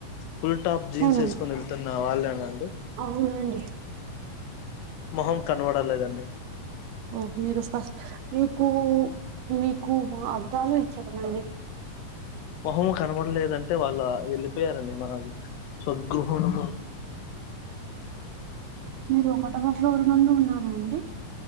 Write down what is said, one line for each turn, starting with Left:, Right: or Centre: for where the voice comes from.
Left: ఫుల్ టాప్ జీన్స్
Right: అవునండి
Left: వేసుకుని వెళ్తున్నా వాళ్ళేనండి
Right: అవునండి
Left: మొహం కనబడలేదండి
Right: ఓ మీరు ఫస్ట్ మీకు మీకు మా అద్ధా లు ఇచ్చకదండీ
Left: మొహం కనబడలేదంటే వాళ్ళు వెళ్ళిపోయారండి మా. స్వగృహ ను
Right: మీరు ఒకటవ ఫ్లోర్ నుందు ఉన్నారా అండి